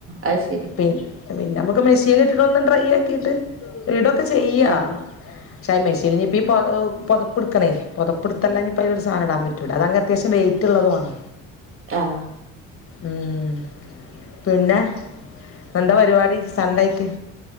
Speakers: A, on the right (about 40°); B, on the left (about 40°).
A: അത് ശെരി
B: പിന്നെ പിന്നെ നമുക്ക് മെഷീൻ ഇട്ടിട്ട് ഒന്ന് ഡ്രൈ ആക്കിട്ട് ഇടൊക്കെ ചെയ്യാ
A: ആഹ്
B: ച്ചായി മിഷീൽഞ്ഞി ഇപ്പൊ ഈ പൊതപ്പ് ഇട്ക്കണേ പൊതപ്പെടുത്തല്ല ഇഞ്ഞിപ്പോ അതിലൊര് സാധനം ഇടാൻ പറ്റൂല്ല അതാണങ്കി അത്യാശ്യം വെയി റ്റുള്ളതുമാണ്
A: ആഹ
B: ഉം പിന്നെ എന്താ പരിപാടി സൺ‌ഡേ ആയിറ്റ്